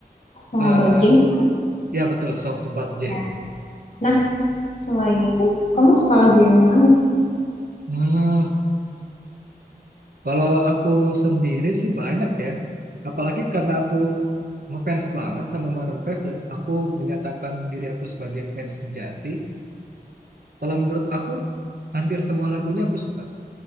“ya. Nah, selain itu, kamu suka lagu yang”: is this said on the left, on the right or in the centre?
Left